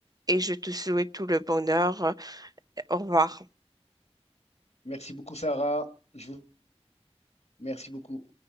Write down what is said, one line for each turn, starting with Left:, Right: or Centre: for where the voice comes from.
Right: et je te souhaite tout le bonheur. Au revoir.
Left: Merci beaucoup, Sarah. Je vous... Merci beaucoup.